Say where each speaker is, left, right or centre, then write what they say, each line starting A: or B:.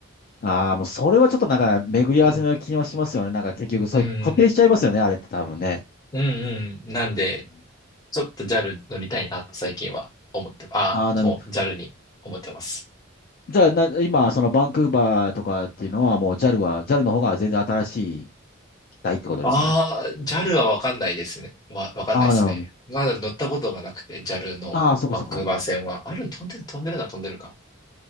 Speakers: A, on the left; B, on the left.
A: ああー、もうそれはちょっとなんか巡り合わせの気はしますよね。
B: うん、
A: なんか結局、そういう固定しちゃいますよね、
B: うん、
A: あれって多分ね。
B: うん、うん。なんで、
A: うん
B: ちょっと JAL 乗りたいなと最近は思って、あ、
A: ああ、なる
B: お、JAL に思ってます。
A: じゃあ、な、今、そのバンクーバーとかっていうのは、もう JAL は、JAL の方が全然新しい機体ってことですね。
B: ああ、JAL はわかんないですね。わ、わかんないですね。
A: ああ、なるほど。
B: まだ乗ったことがなくて、JAL のバンクーバー線は。
A: ああ、そこそこ。
B: ある、飛んでる、飛んでるな、飛んでるか。